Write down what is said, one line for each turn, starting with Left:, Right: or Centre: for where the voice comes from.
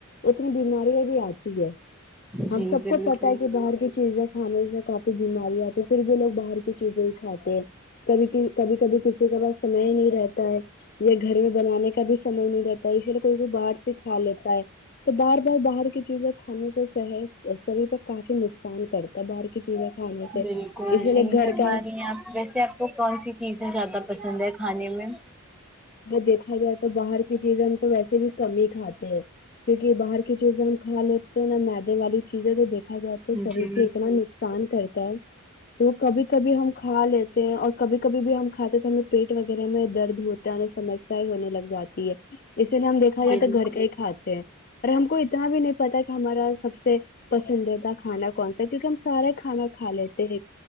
Left: اتنی بیماریاں بھی آتی ہے ہم
Centre: جی
Left: سب
Centre: بالکل
Left: کو پتا ہے کہ باہر کی چیزیں کھانے میں کافی بیماریاں آتی پھر بھی لوگ باہر کی چیزیں ہی کھاتے ہیں کبھی کب کبھی کبھی کسی کے پاس سمے ہی نہیں رہتا ہے یہ گھر میں بنانے کا بھی سمے نہیں رہتا ہے اس لیے کو بھی باہر سے کھا لیتا ہے تو باہر باہر کی چیزیں کھانے سے صحت شریر کو کافی نقصان کر باہر کی چیزیں کھانے سے
Centre: بالکل
Left: اسی
Centre: صحیح
Left: لیے گھر
Centre: فرما
Left: کا
Centre: رہی آپ ویسے وہ کون سی چیزیں زیادہ پسند ہے کھانے میں
Left: دیکھا جائے تو باہر کی چیزیں ہم تو ویسے بھی کم ہی کھاتے ہیں کیونکہ باہر کی چیزیں ہم کھا لیتے ہیں نا میدے والی چیزیں تو دیکھا جائے تو شریر
Centre: جی
Left: سے اتنا سان کرتا ہے تو کبھی کبھی ہم کھا لیتے ہیں اور کبھی کبھی بھی ہم کھاتے تو ہمیں پیٹ وغیرہ میں درد ہوت ہے سمسیا ہونے لگ جاتی ہے اسی لیے ہم دیکھا جائے
Centre: بالکل
Left: تو گھر کا ہی کھات تے اور ہم کو اتنا بھی نہیں پتا کہ ہمارا سب سے پسندیدہ کھانا کون سا کیونکہ ہم سارے کھانا کھا لیتے ہیں